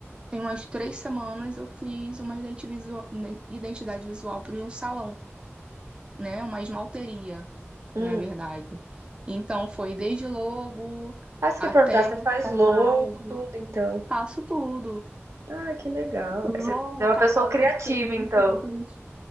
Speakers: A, on the right; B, on the right.
A: tem umas três semanas eu fiz uma identi- visua- identidade visual para um salão, né? Uma esmalteria,
B: Hum.
A: na verdade. Então foi desde logo
B: Ah, você
A: até
B: quer perguntar, você faz
A: catálogo.
B: logo, tudo, então.
A: Faço tudo.
B: Ah, que legal.
A: Logo,
B: Você é uma
A: catálogo
B: pessoa criativa,
A: de serviços.
B: então.